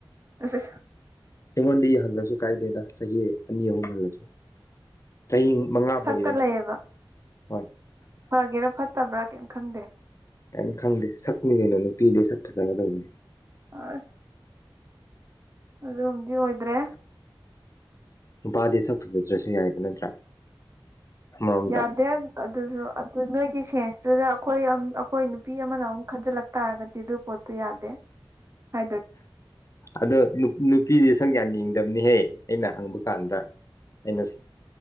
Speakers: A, on the right; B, on the left.
A: ꯑꯁ ꯑꯁ
B: ꯑꯩꯉꯣꯟꯗꯩ ꯍꯜꯂꯁꯨ ꯀꯥꯏꯗꯦꯗ ꯆꯍꯤ ꯑꯅꯤ ꯑꯍꯨꯝ ꯍꯜꯂꯁꯨ ꯆꯍꯤ ꯃꯉꯥꯐꯥꯎ
A: ꯁꯛꯇ
B: ꯌꯥꯏ
A: ꯂꯩꯌꯦꯕ
B: ꯍꯣꯏ
A: ꯐꯒꯦꯔꯥ ꯐꯠꯇꯕ꯭ꯔꯥ ꯀꯩꯝ ꯈꯪꯗꯦ
B: ꯀꯩꯝ ꯈꯪꯗꯦ ꯁꯛꯅꯤ ꯀꯩꯅꯣ ꯅꯨꯄꯤꯗꯤ ꯁꯛ ꯐꯖꯒꯗꯧꯕꯅꯦ
A: ꯑꯁ ꯑꯗꯨꯝꯗꯤ ꯑꯣꯏꯗ꯭ꯔꯦ
B: ꯅꯨꯄꯥꯗꯤ ꯁꯛ ꯐꯖꯗ꯭ꯔꯁꯨ ꯌꯥꯏꯕ ꯅꯠꯇ꯭ꯔꯥ ꯑꯃꯔꯣꯝꯗ
A: ꯌꯥꯗꯦ ꯑꯗꯨꯖꯨ ꯑꯗꯨ ꯅꯣꯏꯒꯤ ꯁꯦꯟꯁꯇꯨꯗ ꯑꯩꯈꯣꯏ ꯑꯝ ꯑꯩꯈꯣꯏ ꯅꯨꯞ ꯅꯨꯄꯤ ꯑꯃꯅ ꯑꯃꯨꯛ ꯈꯟꯖꯤꯜꯂꯛ ꯇꯥꯔꯒꯗꯤ ꯑꯗꯨ ꯄꯣꯠꯇꯨ ꯌꯥꯗꯦ ꯍꯥꯏꯗꯣꯔꯤ
B: ꯑꯗꯣ ꯅꯨꯄꯤꯗꯤ ꯁꯪꯛ ꯌꯥꯝ ꯌꯦꯡꯗꯕꯅꯤꯍꯦ ꯑꯩꯅ ꯍꯪꯕꯀꯥꯟꯗ ꯑꯩꯅ